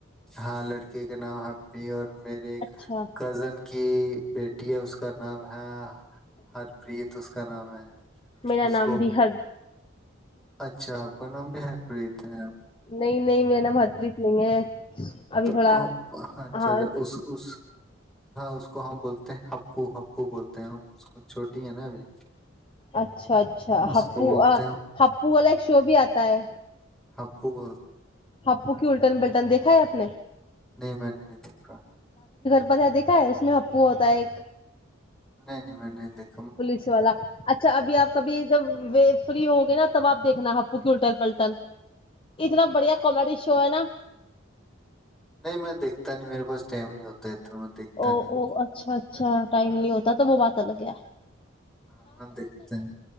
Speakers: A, in the centre; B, on the left.
A: ہاں لڑکی کا نام آ پیر میرے
B: اچھا
A: کزن کی بیٹی ہے اس کا نام ہے ہرپریت اس کا نام ہے
B: میرا
A: اس
B: نام
A: کو
B: بھی ہر
A: اچھا آپ کا نام بھی ہرپریت ہے
B: نہیں نہیں میرا نام ہرپریت نہیں ہے ابھی
A: تو
B: تھوڑا
A: اچھا
B: ہاں
A: ا اس اس اس کو ہم بولتے ہیں او ہپو بولتے ہیں اس کو چھوٹی ہے نا ابھی
B: اچھا اچھا
A: اس
B: ہپو
A: کو بولتے ہیں
B: ہپو والا ایک شو بھی آتا ہے
A: ہپو ب
B: ہپو کی الٹن بے دیکھا ہے آپ نے
A: نہیں میں نے نہیں دیکھا
B: ت دیکھا ہے اس میں ہپو ہوتا ہے ایک
A: نہیں نہیں میں نہیں دیک
B: پولیس والا اچھا ابھی آپ کبھی جب و فری ہوگے نا تب آپ دیکنا ہ آپو کی الٹن پلٹن اتنا بڑھیا کامیڈی شو ہے نا
A: نہیں میں دیکھتا نہیں میرے پاس ٹائم نہیں ہوتا ہے اتنا میں دیکھتا
B: او
A: نہیں
B: او اچھا اچھا ٹائم نہیں ہوتا تو وہ بات لگ گیا
A: ہاں میں دیکھتا ہیں